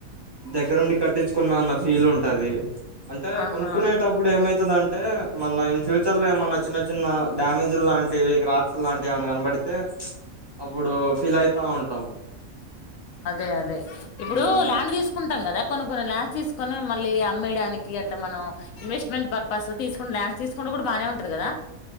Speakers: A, on the right; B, on the left.
A: దగ్గరుండి కట్టించుకున్నా అన్న ఫీల్ ఉంటది అంటే
B: ఆహా
A: కొనుక్కునేటప్పుడు ఏమైతుంద అంటే మళ్ళ ఇన్ ఫ్యూచర్ లో ఏమన్నా చిన్న చిన్న డ్యామేజీ లాంటివి రాక్స్ లాంటివి ఏని కనబడితే అప్పుడు ఫీల్ అయితా ఉంటాం
B: అదే అదే ఇప్పుడు
A: ఉమ్
B: ల్యాండ్ తీసుకుంటాం కదా కొన్ని కొన్ని ల్యాండ్ తీసుకుొని మళ్ళీ అమ్మేయడానికి అట్లా మనం ఇన్వెస్ట్మెంట్ పర్పస్ తీసుకు ల్యాండ్స్ తీసుకు కూడా బానే ఉంటాది కదా